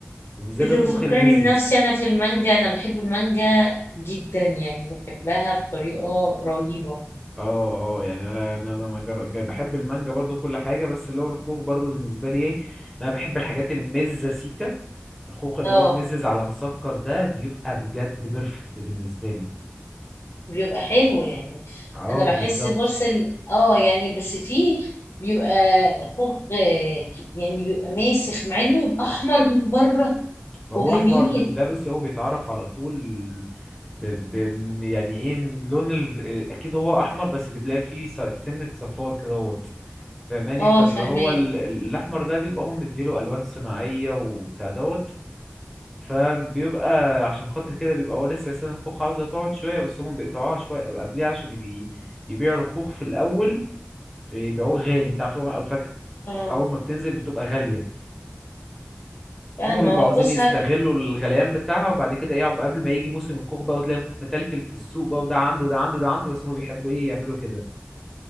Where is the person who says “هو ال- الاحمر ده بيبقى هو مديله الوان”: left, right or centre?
Centre